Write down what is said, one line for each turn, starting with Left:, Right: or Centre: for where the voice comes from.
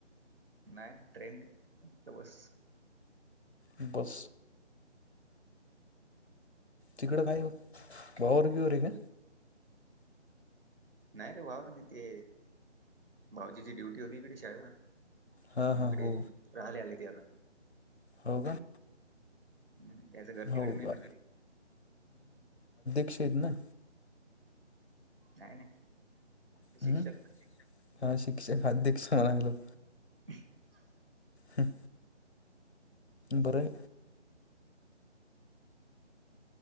Right: नाही ट्रेनत बस...
Left: बस... तिकडं काय बावरर बीवर आहे का....
Right: नाही रे वावर नाही ते भाऊजीची ड्युटी होती इकडे शाळेवर...
Left: हा
Right: मानकड
Left: हा हो
Right: राली आलेत्याता..
Left: हो का..
Right: हम् त्याचं घर तिकडे
Left: हो
Right: मैतली...
Left: का अछेद ना...
Right: नाही नाही... शिक्षक
Left: हम्म हा शिक्षक खाद्य क्षमा लागल...
Right: <unintelligible>
Left: हम... बरं...